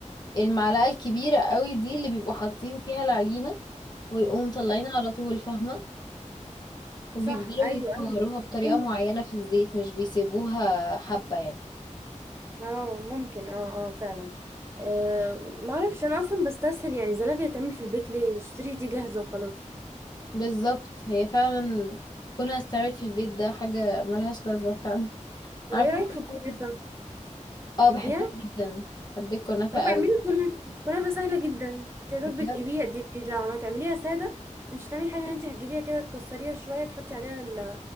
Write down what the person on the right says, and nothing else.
آه.
صح ايوه
ايوه
ممكن
اه ممكن اه اه فعلا آه معرفش انا اصلا بستسهل يعني زلابية تعمل في البيت ليه اشتري دي جاهزة وخلاص
طب
ايه رأيك
في الكنافة
تحبيها
طب
اعملي كنافة كنافة سهلة جدا تقدر
تجيبيها دي, دي لو ما تعمليها سادة انت مش هتعملي حاجة انت هتجيبيها كده تكسريها شوية تحطي عليها ال...